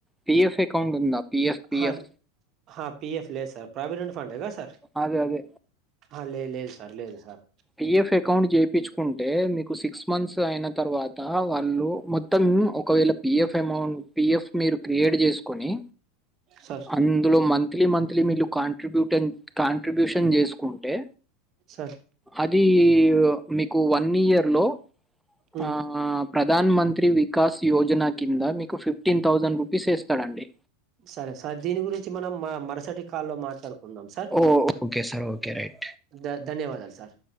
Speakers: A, in the centre; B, on the right.
A: పిఎఫ్ అకౌంట్ ఉందా పిఎఫ్ పిఎఫ్
B: హా హా పి ఎఫ్ లేదు సార్ ప్రావిడెట్ ఫండ్ ఏ గా సార్
A: అదే అదే
B: ఆ లేదు లేదు సార్ లేదు సార్
A: పిఎఫ్ అకౌంట్ చేయించుకుంటే మీకు సిక్స్ మంత్స్ అయిన తర్వాత వాళ్ళు మో త్తం ఒకవేళ పిఎఫ్ అమౌంట్ పిఫ్ మీరు క్రియేట్ చేసుకుని
B: సార్
A: అందులో మంత్లీ మంత్లీ మీలు కాంట్రిబ్యూటన్ కాంట్రిబ్యూషన్ చేసుకుంటే
B: సార్
A: అది మీకు వన్ ఇయర్ లో
B: ఉమ్,
A: ఆ ప్రధాన్ మంత్రి వికాస్ యోజన కింద మీకు ఫిఫ్టీన్ థౌజండ్ రూపీస్ వేస్తాడు అండి
B: సరే సార్ దీని గురించి మనం మా మరుసటి కాల్ లో మాట్లాడుకుం కుందాం sir
A: oh! Okay sir. Okay. Right.
B: ధ ధన్యవాదాలు సార్